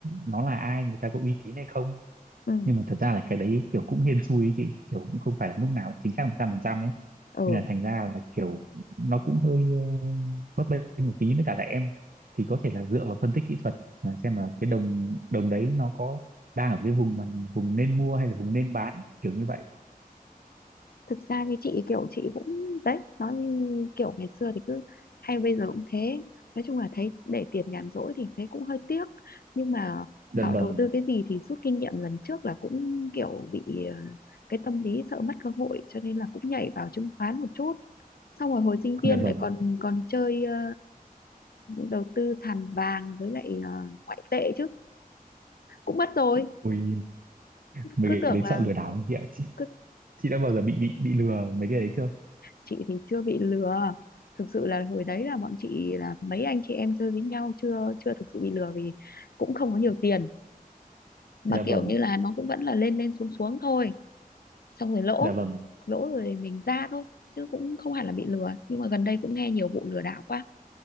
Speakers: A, on the right; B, on the left.
A: nó là ai người ta có uy tín hay không
B: Ừ,
A: nhưng mà thật ra là cái đấy kiểu cũng hên xui ấy chị kiểu cũng không phải là lúc nào cũng chính xác một trăm phần trăm ấy
B: ừ.
A: nên là thành ra là kiểu nó cũng hơi ờ, bấp bênh một tí với cả là em thì có thể là dựa vào phân tích kỹ thuật là xem là cái đồng đồng đấy nó có đang ở cái vùng mà vùng nên mua hay là vùng nên bán kiểu như vậy
B: thực ra như chị kiểu chị cũng đấy nói như kiểu ngày xưa thì cứ hay bây giờ cũng thế nói chung là thấy để tiền nhàn rỗi thì thấy cũng hơi tiếc nhưng mà
A: dạ
B: bảo
A: vâng
B: đầu tư cái gì thì rút kinh nghiệm lần trước là cũng kiểu bị ờ, cái tâm lý sợ mất cơ hội cho nên là cũng nhảy vào chứng khoán một chút xong rồi hồi sinh viên
A: dạ
B: lại
A: vâng
B: còn còn chơi ờ, đầu tư sàn vàng với lại ờ, ngoại tệ chứ cũng mất rồi
A: ui mấy
B: cứ
A: cái
B: tưởng
A: đấy
B: là
A: sợ lừa đảo lắm chị ạ chị
B: cứ
A: chị đã bao giờ bị bị bị lừa mấy cái đấy chưa
B: chị thì chưa bị lừa thực sự là hồi đấy là bọn chị là mấy anh chị em chơi với nhau chưa chưa thực sự bị lừa vì cũng không có nhiều tiền mà
A: dạ vâng
B: kiểu như là nó cũng vẫn là lên lên xuống xuống thôi xong rồi lỗ
A: dạ vâng
B: lỗ rồi mình ra thôi chứ cũng không hẳn là bị lừa nhưng mà gần đây cũng nghe nhiều vụ lừa đảo quá